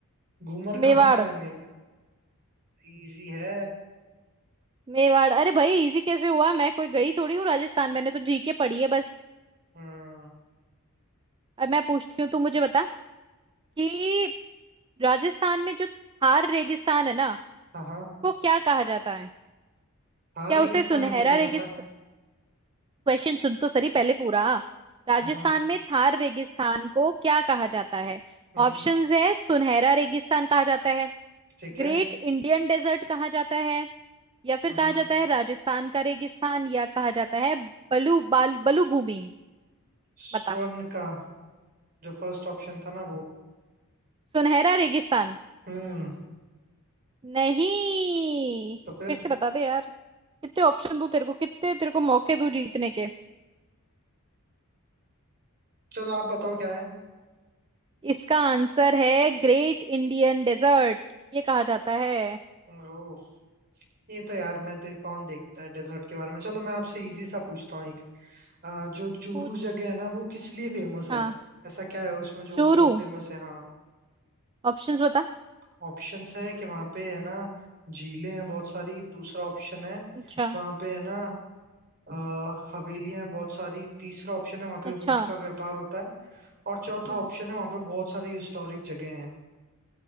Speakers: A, on the right (about 45°); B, on the right (about 20°).
A: घूमर
B: मेवाड़
A: कहाँ का है मेन इजी है
B: मेवाड़ अरे भाई इजी कैसे हुआ मैं कोई गई थोड़ी हूँ राजस्थान मैंने तो जीके पढ़ी है बस
A: हम्म
B: अब मैं पूछती हूँ तू मुझे बता कि राजस्थान में जो थार रेगिस्तान है ना
A: हाँ हाँ
B: को क्या कहा जाता है
A: हाँ
B: क्या
A: रेगिस्तान
B: उसे सुनहरा
A: ही बोला जाता
B: रेगिस्तान
A: है
B: क्वेश्चन सुन तो सही पहले पूरा राजस्थान
A: हाँ हाँ
B: में थार रेगिस्तान को क्या कहा जाता है
A: हम्म
B: ऑप्शंस है सुनहरा रेगिस्तान कहा जाता है
A: ठीक है
B: ग्रेट इंडियन डेजर्ट कहा जाता है या फिर
A: हम्म।
B: कहा जाता है राजस्थान का रेगिस्तान या कहा जाता है बलू बाल बलू भूमि
A: स्वर्ण
B: बता
A: का जो फर्स्ट ऑप्शन था ना वो
B: सुनहरा रेगिस्तान
A: हम्म
B: नहीं
A: तो फिर
B: फिर से बता दे यार कितने ऑप्शन दूं तेरे को कितने तेरे को मौके दूं जीतने के
A: चलो आप बताओ क्या है
B: इसका आंसर है ग्रेट इंडियन डेजर्ट ये कहा जाता है
A: ओ ये तो यार मैं तो कौन देखता है डेजर्ट के बारे में चलो मैं आपसे इजी सा पूछता हूँ एक अ, जो चूरू
B: पूछ
A: जगह है ना वो किस लिए फेमस
B: हाँ
A: है ऐसा क्या है उसमें जो
B: चोरू
A: बहुत फेमस है हाँ
B: ऑप्शंस बता
A: ऑप्शंस है कि वहाँ पे है ना झीलें हैं बहुत सारी दूसरा ऑप्शन है
B: अच्छा
A: वहाँ पे है ना अ, हवेलियां हैं बहुत सारी तीसरा ऑप्शन है वहाँ पे
B: अच्छा
A: ऊंट का व्यापार होता है और चौथा
B: हम्म
A: ऑप्शन है वहाँ पे बहुत सारी हिस्टोरिक जगह